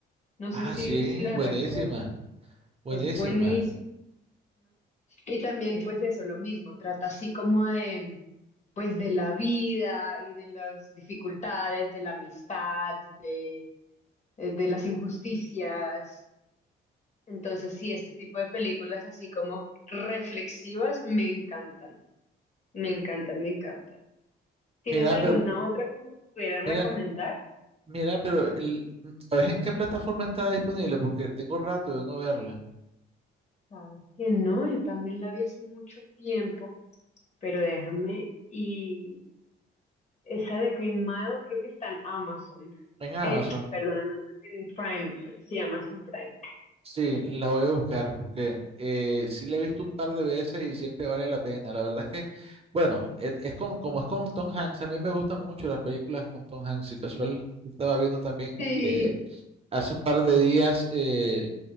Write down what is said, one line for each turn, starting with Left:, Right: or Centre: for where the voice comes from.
Left: No
Right: Ah,
Left: sé si,
Right: sí,
Left: si la
Right: buenísima,
Left: recuerdas,
Right: buenísima.
Left: es buenísima. Y también, pues eso, lo mismo, trata así como de, pues de la vida y de las dificultades, de la amistad, de, de las injusticias entonces, sí, este tipo de películas así como reflexivas me encantan, me encantan, me encantan. ¿Tienes
Right: Mira,
Left: alguna
Right: pero,
Left: otra como que pudieras
Right: mira,
Left: recomendar?
Right: mira, pero el, ¿sabes en qué plataforma está disponible? Porque tengo rato de no verla.
Left: Sabes que no, yo también la vi hace mucho tiempo, pero déjame y esa de Green Mile creo que está en Amazon.
Right: En Amazon.
Left: Eh, perdón, en Ama- en Prime, sí, Amazon Prime.
Right: Sí, la voy a buscar porque eh, sí la he visto un par de veces y siempre vale la pena. La verdad es que, bueno, es, es con- como es con Tom Hanks, a mí me gustan mucho las películas con Tom Hanks y casual estaba viendo también
Left: Sí.
Right: eh, hace un par de días eh,